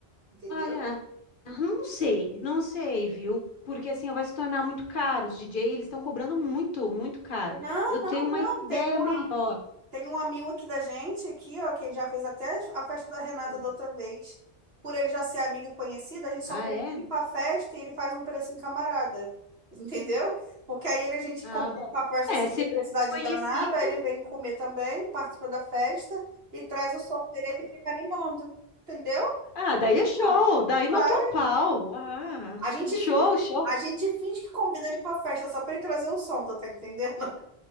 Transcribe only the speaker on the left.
Olha, não sei, não sei, viu? Porque assim vai se tornar muito caro. Os DJ, eles estão cobrando muito, muito caro.
Eu
tenho uma
ideia
melhor.
Hum.
Ah,
é?
Ah,
bom.
É,
se
for conhecido.
Ah, daí é show,
daí
matou a pau. Ah,
show,
show.